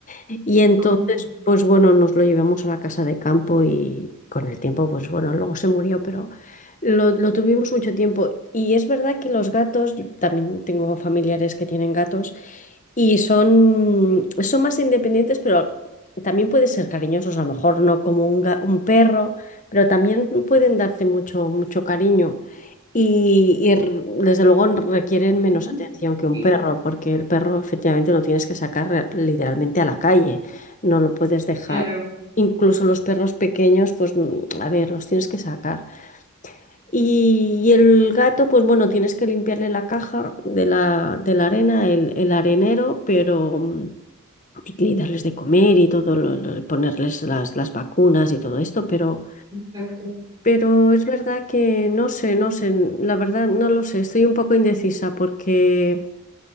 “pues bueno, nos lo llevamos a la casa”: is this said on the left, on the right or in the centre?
Left